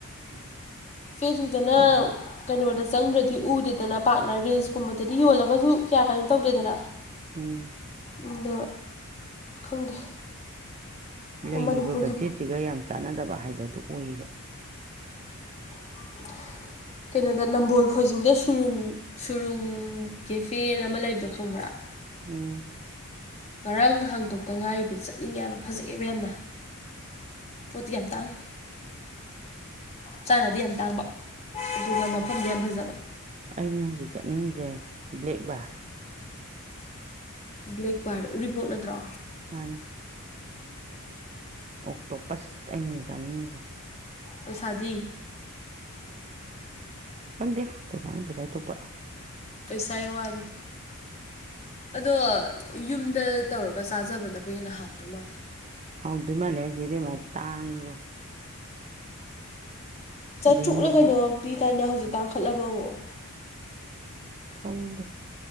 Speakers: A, on the right; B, on the left.
A: ꯃꯥꯅꯤ
B: ꯐꯦꯁꯕꯨꯛꯗꯅ
A: ꯎꯝ
B: ꯀꯩꯅꯣꯗ ꯆꯪꯗ꯭ꯔꯗꯤ ꯎꯗꯦꯗꯅ ꯄꯥꯛꯅ ꯔꯤꯜꯁꯀꯨꯝꯕꯗꯗꯤ ꯌꯣꯜꯂꯒꯁꯨ ꯀꯌꯥ ꯀꯩꯅꯣ ꯇꯧꯗꯦꯗꯅ
A: ꯎꯝ
B: ꯑꯗꯣ ꯈꯪꯗꯦ
A: ꯂꯩꯔꯤꯕ
B: ꯃꯅꯤꯄꯨꯔꯒꯤ
A: ꯕꯖꯦꯠꯁꯤꯒ ꯌꯥꯝ ꯆꯥꯟꯅꯗꯕ ꯍꯥꯏꯕꯗꯣ ꯑꯣꯏꯌꯦꯕ
B: <inaudible> ꯀꯩꯅꯣꯗ ꯅꯝꯕꯣꯜ ꯈꯣꯏꯖꯤꯡꯗ ꯁꯨꯔꯨꯡ ꯁꯨꯔꯨꯡ ꯀꯦꯐꯦꯅ ꯑꯃ ꯂꯩꯕꯗꯣ ꯈꯪꯕ꯭ꯔꯥ
A: ꯎꯝ
B: ꯉꯔꯥꯡ ꯍꯥꯡꯇꯣꯛꯇ ꯉꯥꯏꯔꯤꯕ ꯆꯠꯅꯤꯡꯉꯦ ꯍꯥꯏꯕ ꯐꯖꯩꯑꯕ ꯌꯥꯝꯅ ꯄꯣꯠꯇꯤ ꯌꯥꯝ ꯇꯥꯡꯏ ꯆꯥꯅꯗꯤ ꯌꯥꯝ ꯇꯥꯡꯕ ꯑꯗꯨꯒ ꯃꯐꯝꯗꯤ ꯌꯥꯝ ꯐꯖꯕ
A: ꯑꯩꯅ ꯍꯧꯖꯤꯛ ꯆꯠꯅꯤꯡꯉꯤꯖꯦ ꯕ꯭ꯂꯦꯛ ꯕꯥꯔ
B: ꯕ꯭ꯂꯦꯛ ꯕꯥꯔ ꯎꯔꯤꯄꯣꯛ ꯅꯠꯇ꯭ꯔꯣ
A: ꯃꯥꯅꯦ ꯑꯣꯛꯇꯣꯄꯁ ꯑꯩꯩꯅ ꯍꯨꯖꯤꯛ ꯆꯥꯅꯤꯡꯉꯤꯁꯦ
B: ꯄꯩꯁꯥꯗꯤ
A: ꯈꯪꯗꯦ ꯄꯩꯁꯥꯅ ꯄꯩꯁꯥꯒꯤ ꯊꯣꯛꯄ
B: ꯄꯩꯁꯥꯏ ꯋꯥꯅꯤ ꯑꯗꯣ ꯌꯨꯝꯗ ꯇꯧꯔꯒ ꯆꯥꯖꯕꯅꯕꯨ ꯍꯦꯟꯅ ꯍꯥꯎꯗꯣꯏ ꯃꯥꯜꯂꯦ
A: ꯍꯧꯗꯣꯏ ꯃꯥꯜꯂꯦ ꯍꯥꯏꯖꯦ ꯏꯕꯦꯃꯥ ꯇꯥꯡꯉꯤꯕꯣ
B: ꯆꯥꯇ꯭ꯔꯨꯛꯂ
A: ꯑꯗꯩ ꯃꯤꯒꯤ
B: ꯀꯩꯅꯣ ꯄꯤ ꯗꯥꯏꯅꯦ ꯍꯧꯖꯤꯛ ꯇꯥꯈꯠꯂꯕ ꯑꯃꯨꯛ
A: ꯈꯪꯗꯦ